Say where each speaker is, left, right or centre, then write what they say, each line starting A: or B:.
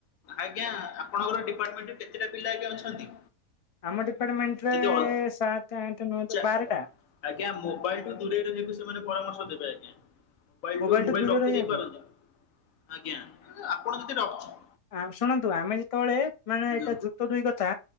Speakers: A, on the left; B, on the left.
A: ଆଜ୍ଞା ଆପଣଙ୍କର ଡିପାର୍ଟମେଣ୍ଟରେ କେତେଟା ପିଲା ଆଜ୍ଞା ଅଛନ୍ତି?
B: ଆମ ଡିପାର୍ଟମେଣ୍ଟରେ
A: ଯଦି ଅ
B: ସାତ ଆଠ ନ
A: ଚା
B: ବାରଟା।
A: ଆଜ୍ଞା ମୋବାଇଲଠୁ ଦୂରେଇ ରହିବାକୁ ସେମାନେ ପରାମର୍ଶ ଦେବେ ଆଜ୍ଞା। ମୋବାଇଲୁଠୁ
B: ମୋବାଇଲଠୁ
A: ମୋବାଇଲ
B: ଦୂରରେ
A: ରଖିଦେଇ
B: ରହିବାକୁ।
A: ପାରନ୍ତ ଆଜ୍ଞା ଆପଣ ଯଦି ରଖି
B: ଆ ଶୁଣନ୍ତୁ ଆମେ ଯେତେବେଳେ ମାନେ
A: ଆଜ୍ଞା
B: ଏଇଟା ଯୁକ୍ତ ଦୁଇ କଥା